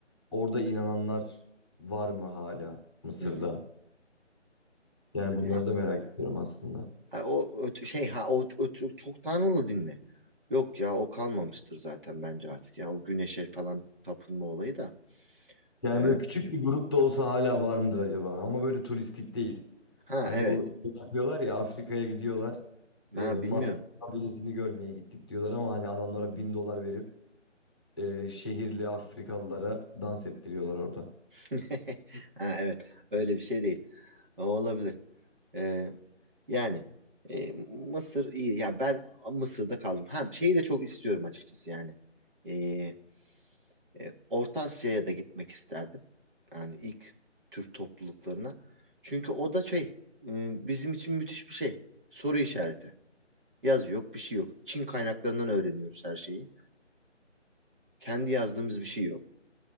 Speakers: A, in the centre; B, on the right.
A: orada inananlar var mı hala Mısır'da?
B: Hı hı.
A: Yani bunları
B: Ya,
A: da merak ediyorum aslında.
B: Ha, o öt- şey ha o, o çok çok tanrılı din mi? Yok ya o kalmamıştır zaten bence artık ya o güneşe falan tapınma olayı da.
A: Yani
B: Ee,
A: böyle küçük bir grup da olsa hala var mıdır acaba? Ama böyle turistik değil.
B: ha
A: Hani
B: evet.
A: bu yapıyorlar ya Afrika'ya gidiyorlar. E,
B: Ha
A: Masai
B: bilmiyorum.
A: kabilesini görmeye gittik diyorlar ama hani adamlara bin dolar verip e, şehirli Afrikalılara dans ettiriyorlar orada.
B: <laughs> Ha evet. Öyle bir şey değil. O olabilir. Ee, yani e, Mısır iyi. Ya ben Mısır'da kaldım. Ha şeyi de çok istiyorum açıkçası yani. Ee, E, Orta Asya'ya da gitmek isterdim. Yani ilk Türk topluluklarına. Çünkü o da şey, e, bizim için müthiş bir şey. Soru işareti. Yazı yok, bir şey yok. Çin kaynaklarından öğreniyoruz her şeyi. Kendi yazdığımız bir şey yok.